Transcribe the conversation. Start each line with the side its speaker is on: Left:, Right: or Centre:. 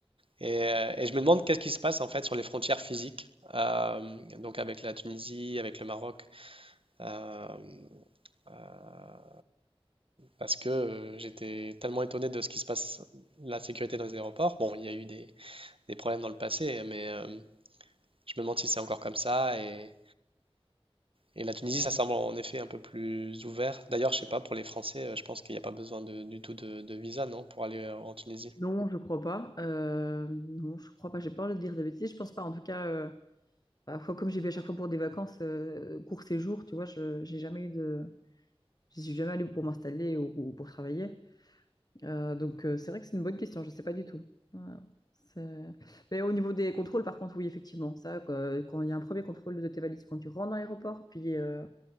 Right: Et, euh, et je me demande qu'est-ce qui se passe en fait sur les frontières physiques, euh, donc avec la Tunisie, avec le Maroc, euh, euh, parce que euh, j'étais tellement étonné de ce qui se passe, la sécurité dans les aéroports. Bon, il y a eu des, des problèmes dans le passé, mais euh, je me demande si c'est encore comme ça. Et, et la Tunisie, ça semble en effet un peu plus ouvert. D'ailleurs, je sais pas, pour les Français, euh, je pense qu'il n'y a pas besoin de- du tout de, de visa, non, pour aller euh, en Tunisie.
Left: Non, je crois pas. Euh, non, je crois pas. J'ai peur de dire des bêtises. Je pense pas. En tout cas, euh, parfois, comme j'y vais à chaque fois pour des vacances, euh, court séjour, tu vois, je j'ai jamais eu de. J'y suis jamais allée pour m'installer ou, ou pour travailler. Euh, donc, euh, c'est vrai que c'est une bonne question. Je sais pas du tout. Ouais, c'est- Mais au niveau des contrôles, par contre, oui, effectivement. Ça, quoi, quand il y a un premier contrôle de tes valises quand tu rentres dans l'aéroport, puis, euh,